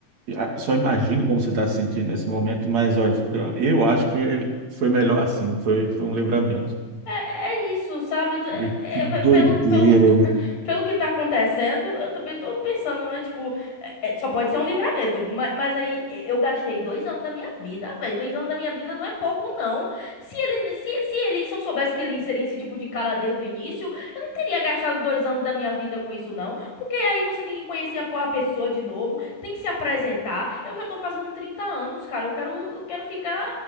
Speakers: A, on the right (about 55°); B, on the left (about 60°).
A: ah, Só imagino como você está se sentindo nesse momento, mas olha, eu eu acho que foi melhor assim, foi, foi um livramento.
B: É, é isso, sabe? T- é-
A: E que
B: é pelo,
A: doideira.
B: pelo que, tá- <laughs> pelo que tá acontecendo, eu também tô pensando, né? Tipo, é- é, só pode ser um livramento. Mas, mas aí é, eu gastei dois anos da minha vida, velho. Dois anos da minha vida não é pouco, não. Se ele, se, se ele, se eu soubesse que ele seria esse tipo de cara desde o início, eu não teria gastado dois anos da minha vida com isso, não. Porque aí você tem que conhecer a, po- a pessoa de novo, tem que se apresentar. Eu já tô fazendo 30 anos, cara. Eu quero, eu quero ficar